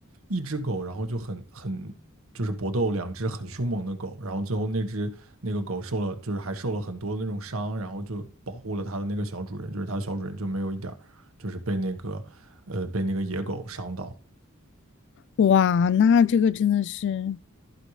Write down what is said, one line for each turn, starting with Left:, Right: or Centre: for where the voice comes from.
Right: 一只狗，然后就很很就是搏斗，两只很凶猛的狗，然后最后那只那个狗受了就是还受了很多的那种伤，然后就保护了它的那个小主人，就是它小主人就没有一点就是被那个呃被那个野狗伤到。
Left: 哇，那这个真的是。